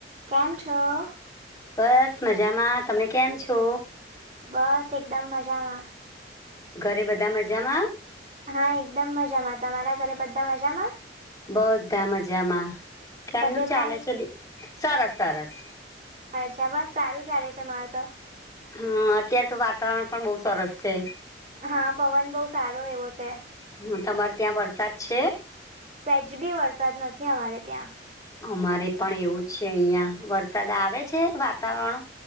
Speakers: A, on the right; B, on the left.
A: કેમ છો?
B: બસ મજામાં. તમે કેમ છો?
A: બસ એકદમ મજામાં.
B: ઘરે બધા મજામાં?
A: હા એકદમ મજામાં. તમારા ઘરે બધા મજામાં?
B: બધા મજામાં. કેમનું
A: તબિયત
B: ચાલે
A: પાણી
B: છે બે? સરસ-સરસ.
A: અચ્છા. બસ સારું ચાલે છે મારે તો.
B: હા. અત્યારે તો વાતાવરણ પણ બહુ સરસ છે.
A: હા પવન બહુ સારો એવો છે.
B: હા. તમારે ત્યાં વરસાદ છે?
A: સહેજ બી વરસાદ નથી અમારે ત્યાં.
B: અમારે પણ એવું જ છે અહિયાં. વરસાદ આવે છે. વાતાવરણ